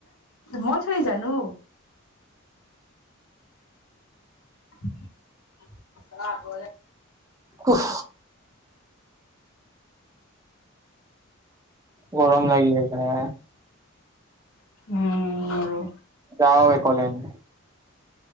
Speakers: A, on the left; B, on the right.
A: মই থৰি জানো! <unintelligible>
B: উফ গৰম লাগি আছে।
A: উম আৰু।
B: যাও একলেণ্ড।